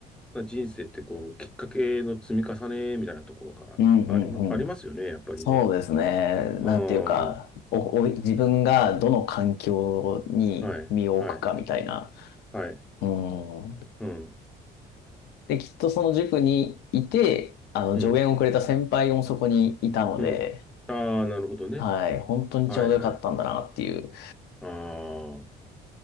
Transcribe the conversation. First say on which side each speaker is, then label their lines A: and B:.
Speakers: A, in the centre; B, on the left.
A: う、な人生ってこう、きっかけの積み重ねみたいなところがありま、
B: うんうんうん。
A: ありますよね、やっぱりね。
B: そうですね。なんていうか、
A: ああ、は
B: お、お、自分がどの環境に身を置くかみたいな。
A: い、はい、はい、
B: うん。
A: うん、
B: で、きっとその塾にいて、あの、
A: うん、
B: 助言をくれた先輩もそこにいたので、
A: うん。ああ、なるほどね。
B: はい。本当にちょうどよかったんだなっていう、
A: はい、はい。ああ、